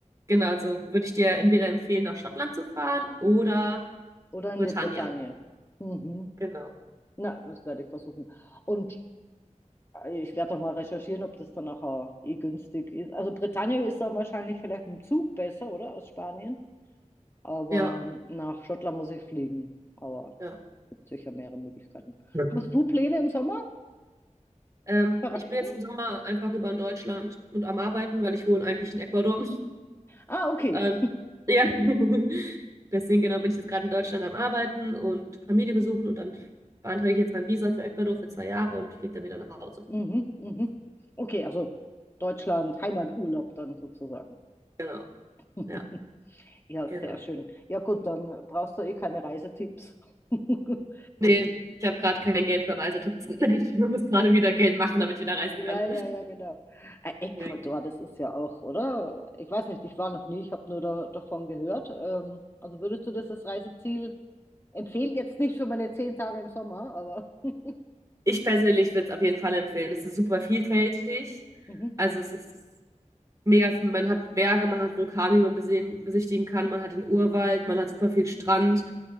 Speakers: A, on the right; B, on the left.
A: Genau, also würde ich dir entweder empfehlen, nach Schottland zu fahren oder
B: Oder in
A: Britannia.
B: der Bretagne. Mhm.
A: Genau.
B: Na, das werde ich versuchen. Und äh, ich werde doch mal recherchieren, ob das dann nachher eh günstig ist. Also Bretagne ist dann wahrscheinlich vielleicht mit dem Zug besser, oder? Aus Spanien. Aber
A: Ja,
B: ähm, nach Schottland muss ich fliegen. Aber
A: ja.
B: es gibt sicher mehrere Möglichkeiten.
A: Ja.
B: Hast du Pläne im Sommer
A: Ähm,
B: verreisen?
A: ich bin jetzt im Sommer einfach über in Deutschland und am Arbeiten, weil ich wohne eigentlich in Ecuador.
B: Ah, okay.
A: Und ja, <laughs> deswegen genau bin ich jetzt gerade in Deutschland am Arbeiten und Familie besuchen und dann beantrage ich jetzt mein Visa für Ecuador für zwei Jahre und fliege dann wieder nach Hause.
B: Mhm, mhm. Okay, also Deutschland, Heimaturlaub dann sozusagen.
A: Genau,
B: <laughs>
A: ja,
B: Ja,
A: genau.
B: sehr schön. Ja, gut, dann brauchst du eh keine Reisetipps. <laughs>
A: Nee, ich habe gerade kein Geld für Reisetipps. <laughs> Ich muss gerade wieder Geld machen, damit ich wieder reisen
B: Ja,
A: kann.
B: ja, ja, genau. Äh, Ecuador,
A: Nee, genau.
B: das ist ja auch, oder? Ich weiß nicht, ich war noch nie, ich habe nur da, davon gehört. Ähm, also würdest du das als Reiseziel empfehlen? Jetzt nicht für meine zehn Tage im Sommer, aber. <laughs>
A: Ich persönlich würde es auf jeden Fall empfehlen. Es ist super vielfältig.
B: Mhm.
A: Also es ist mega, man hat Berge, man hat Vulkane, die man besehen, besichtigen kann,
B: mhm.
A: man hat den Urwald, man hat super viel Strand.